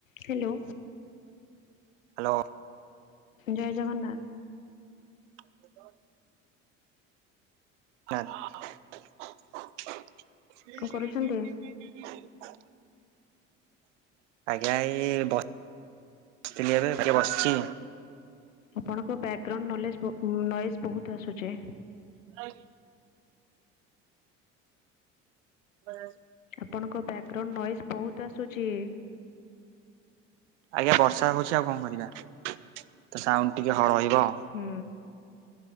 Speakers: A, on the left; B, on the right.
A: Hello
B: hello
A: ଜୟ ଜଗନ୍ନାଥ।
B: <inaudible> ହଁ।
A: କଣ କରୁଛନ୍ତି?
B: ଆଜ୍ଞା ଏଇ ବ ସିଥିଲେରେ ଟିକେ ବସିଛି ଆଉ।
A: ଆପଣଙ୍କ ବ୍ୟାଗ୍ରାଉଣ୍ଡ ନଲେଜ୍ ନଏଜ୍ ବହୁତ ଆସୁଛି।
B: <unintelligible> <unintelligible>
A: ଆପଣଙ୍କ ବ୍ୟାଗ୍ରାଉଣ୍ଡ ନଏଜ ବହୁତ ଆସୁଛି।
B: ଆଜ୍ଞା ବର୍ଷା ହଉଛି ଆଉ କଣ କରିବା ତ ସାଉଣ୍ଡ ଟିକେ ହଳ ରହିବ।
A: ହୁଁ।